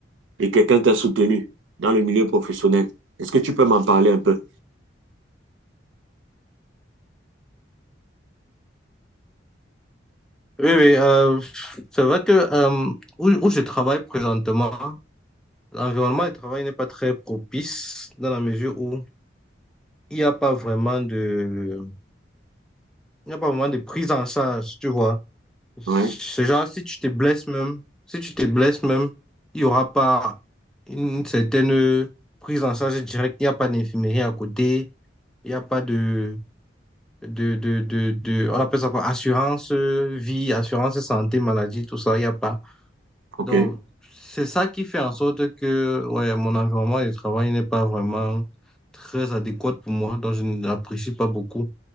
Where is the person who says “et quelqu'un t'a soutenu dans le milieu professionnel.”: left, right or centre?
Right